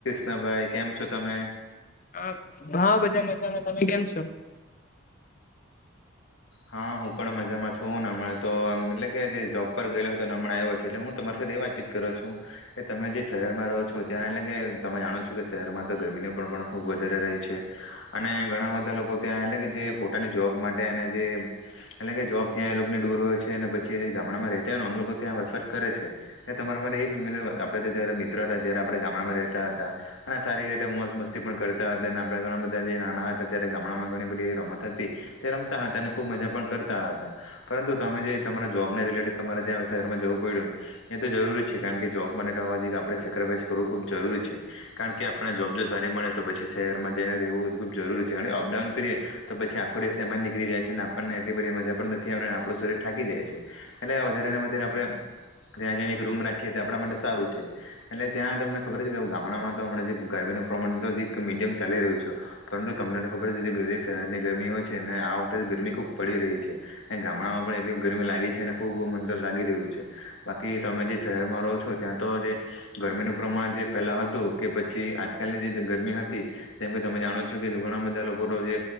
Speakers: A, on the left; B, on the left.
A: ના ભાઈ કેમ છો તમે?
B: હ હા બધા મજામાં તમે કેમ છો??
A: હા હું પણ મજામાં છું, ને હમં તોમ એટલે કે જે જોબ ઉપર ગયેલા હતો અને હમણાં આવ્યો છે. એટલે હું તમારી સાથે એ વાત ચીત કર્યો છું. એ તમે જે શહેરમાં રહો છો ત્યાં એટલે કે તમે જાણો છો કે શહેરમાં તો ગરમીનું પણ ખબ વધારે રહી છે, અને ઘણા બધા લોકો ત્યાં એટ કે જે પોતાની જોબ માટે તે એટલે કે જોબ ત્યાં એ લોકો ને દૂર હોય છે અને પછી એ ગામડામાં ર રહેતા હોય ને આમ લોકો ત્યાં વસવાટ કરે છે. તમારા માટેરે એ આપડે તો જયારે મિત્રો હતા જય્યારે આપ ગામડામાં રહેતા હતા. અને સારી રીતે મસ્ત મસ્તી પણ કરતા હતા અને આપણા ઘણા બધા જે નાના હતા ત્યારે ગામડામાં ઘણી બધી રમત હતી. તે રમતા હતા અને ખુબ મજા પણ કરતા હતા. પરંતુ તમે જે તમારા જોબને રિલેટેડ તમારે ત્યાં શહેરમાં જવું પડ્યું. એ તો જરૂરી છે કારણ કે જોબ માટેવા જ આપણે સેક્રિફાઈસ કરવું ખુબ જરૂરી છે. કારણ કે આપણે જોબ જો સારી મળે તો પછી શહેરમાં જઈને રહેવું ખૂબ જરૂરી છે અને અપડાઉન કરીએ. તો પછી આખું એમાંની નીકી જાય છે અને આપણને એટલી બધી મજા પણ નથી આવ આપણું શરીર થાકી જાય છે, એટલે વધારે ને વધારે આપડણે ત્યાં જને એક રૂમ રાખીએ્યા આપણા માટે સારું છે. એટલે ત્યાં તમને ખબર છે કે ગામડામાં તો હમ ગરમીનું પ્રમાણ મીડિયમ ચાલી રહ્યું છે. પરંતુ તમને તો ખબર શહેરની ગરમી હોય છે ને આ વખતે ગરમી ખૂબ પડી રહી છે. ગામડામાં પણ એટલી ગરમી લાગી છે અને ખુબ મંદર લાગી રહ્યું છે, બાકી તમે જે શહેરમાં રહો છો ત્યાં તો જે ગરમીનું પ્રમાણ જે ફેલા હતું કે પછી આજકાલની જે ગરમી હતી. જેમ કે તમે જાણો છો કે ઘણા બધા લોકો તો જે,